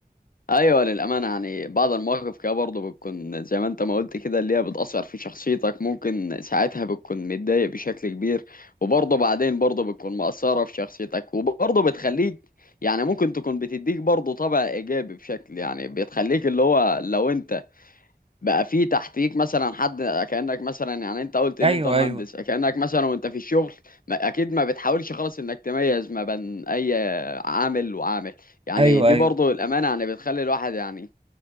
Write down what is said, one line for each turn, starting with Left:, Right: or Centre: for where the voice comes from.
Left: ايوه للامانه يعني بعض المواقف كده برضه بتكون زي ما انت ما قلت كده اللي هي بتاثر في شخصيتك ممكن ساعتها بتكون متضايق بشكل كبير وبرضه بعدين برضه بتكون مأثره في شخصيتك وبرضه بتخليك يعني ممكن تكون بتديك برضه طبع ايجابي بشكل يعني بتخليك اللي هو لو انت بقى في تحتيك مثلا حد كأنك مثلا يعني انت قلت ان
Right: ايوه
Left: انت مهندس
Right: ايوه
Left: كأنك مثلا وانت في الشغل ما اكيد ما بتحاولش خالص انك تميز ما بين اي عامل وعامل يعني
Right: ايوه
Left: دي
Right: ايوه
Left: برضو الامانة يعني بتخلي الواحد يعني